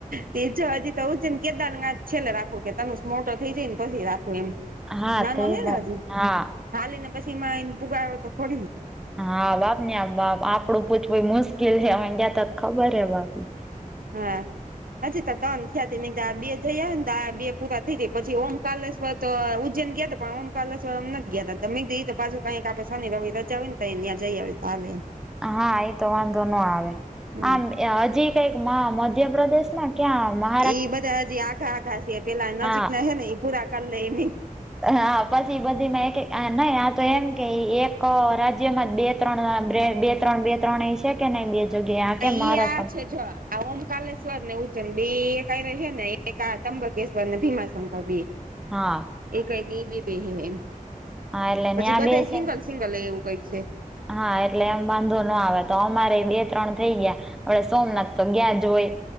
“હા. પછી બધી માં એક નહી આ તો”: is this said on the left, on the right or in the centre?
Centre